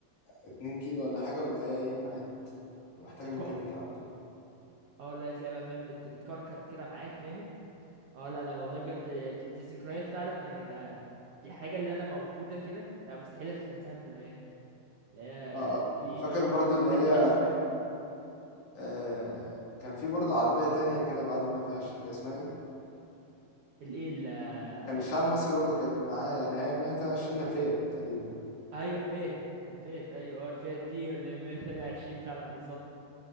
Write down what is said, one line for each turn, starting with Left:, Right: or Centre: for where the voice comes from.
Left: اتنين كيلو ولا حاجة وتلاقيها ايه راحت محتاجة
Right: بتكح
Left: ميكانيكا على طول
Right: اه لا تلاقي بقى فاهم بت... بتكركر كده معاك فاهم اه لا لا والله بجد دي دي ذكريات فعلا يعني لا لا دي حاجة اللي انا موجودة كده لا مستحيل انساها من دماغي لا
Left: اه آه.
Right: دي
Left: وفاكر برضو اللي
Right: ايفنت
Left: هي
Right: بيحصل دايما
Left: آه كان في برضو عربية تانية كده بعد 122 كان اسمها ايه
Right: الايه
Left: كان الشعب المصري برضو كانت معاه يعني هي 122 نفيت تقريبا
Right: ايوه فيت الفيت ايوه اه الفيت دي اللي 128 فعلا بالظبط